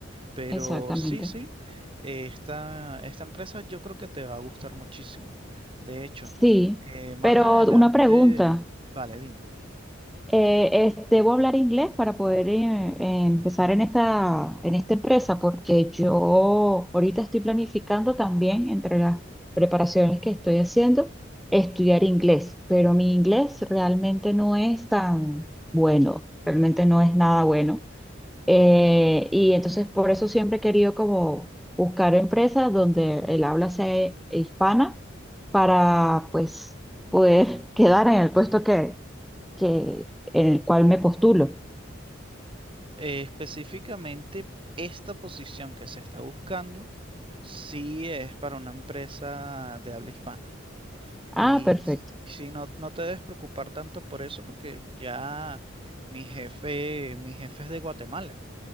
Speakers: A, on the right; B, in the centre.
A: Pero
B: exactamente.
A: sí, sí, eh, esta, esta empresa yo creo que te va a gustar muchísimo. De hecho,
B: Sí,
A: eh, más
B: pero
A: adelante,
B: una pregunta.
A: vale, dime.
B: eh, es- ¿debo hablar inglés para poder eh, eh, empezar en esta, en esta empresa? Porque yo ahorita estoy planificando también, entre las preparaciones que estoy haciendo, estudiar inglés, pero mi inglés realmente no es tan bueno, realmente no es nada bueno. Eh, y entonces por eso siempre he querido como buscar empresas donde el habla sea hispana para pues poder <laughs> quedar en el puesto que, que en el cual me postulo.
A: Eh, específicamente, esta posición que se está buscando, sí es para una empresa de habla hispana.
B: Ah,
A: Y
B: perfecto.
A: s- sí, no, no te debes preocupar tanto por eso porque ya mi jefe, mi jefe es de Guatemala.